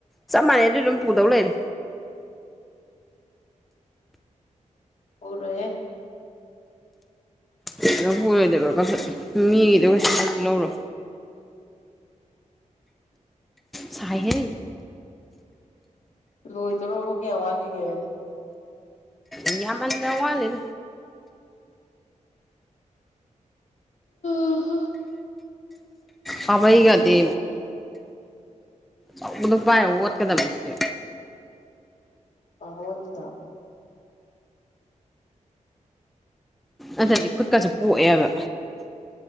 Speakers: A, in the centre; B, on the left.
A: ꯆꯞ ꯃꯥꯟꯅꯩ ꯑꯗꯨ ꯑꯗꯨꯝ ꯄꯨꯗꯧ ꯂꯩꯔꯦ
B: ꯄꯨꯔꯣꯏꯍꯦ
A: ꯀꯩꯗꯧ ꯄꯨꯔꯣꯏꯗꯕ ꯃꯤꯒꯤꯗꯣ ꯀꯩꯁ ꯂꯧꯔꯣ ꯆꯥꯏꯍꯦ
B: ꯂꯣꯏꯗꯣꯔꯕ ꯀꯌꯥꯝ ꯋꯥꯠꯂꯤꯒꯦ
A: ꯏ ꯌꯥꯝ ꯃꯅ ꯋꯥ ꯂꯩ
B: ꯎꯝ
A: ꯀꯥꯕꯩꯒꯗꯤ
B: ꯇꯨꯝꯅꯤꯡꯈꯠꯂꯛꯑꯦꯗ
A: ꯑꯆꯧꯕꯗꯨ ꯄꯥꯏꯍꯧ ꯑꯣꯠꯀꯗꯕꯅꯤ ꯁꯤꯗꯤ
B: ꯑꯟꯒꯤꯗ
A: ꯑꯗꯨꯗꯗꯤ ꯈꯨꯠꯀꯁꯨ ꯄꯣꯛꯑꯦꯕ